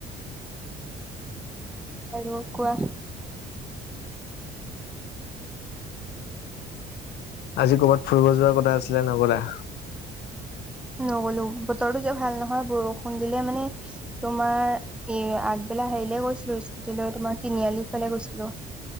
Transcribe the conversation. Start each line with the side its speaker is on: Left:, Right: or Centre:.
Centre: আৰু কোৱা।
Left: আজি কৰ'ৰবাত ফুৰিব যোৱাৰ কথা আছিলে নগলা?
Centre: নগ'লো - বতৰটো যে ভাল নহয় বৰষুণ দিলে মানে, তোমাৰ এ আগবেলা হেৰিলে গৈছিলোঁ স্কুটিলৈ তোমাৰ তিনিআলি ফালে গৈছিলোঁ।